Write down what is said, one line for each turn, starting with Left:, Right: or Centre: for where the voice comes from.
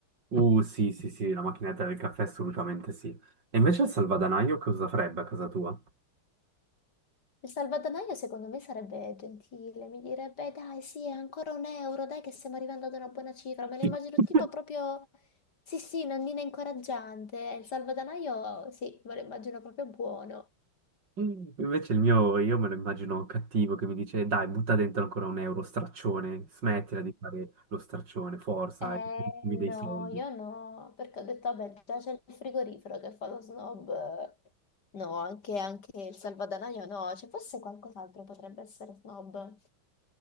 Right: Uh, sì, sì, sì, la macchinetta del caffè assolutamente sì. E invece il salvadanaio cosa farebbe a casa tua?
Left: Il salvadanaio secondo me sarebbe gentile, mi direbbe dai, sì, ancora un euro, dai che stiamo arrivando ad una buona cifra. Me lo
Right: <laughs>
Left: immagino tipo proprio, sì, sì, nonnina incoraggiante. Il salvadanaio, sì, me lo immagino proprio buono.
Right: Invece il mio, io me lo immagino cattivo che mi dice, dai, butta dentro ancora un euro, straccione, smettila di fare lo straccione, forza,
Left: Eh,
Right: e mi dei
Left: no,
Right: soldi.
Left: io no, perché ho detto, vabbè, già c'è il frigorifero che fa lo snob. No, anche, anche il salvadanaio no, cioè forse qualcos'altro potrebbe essere snob.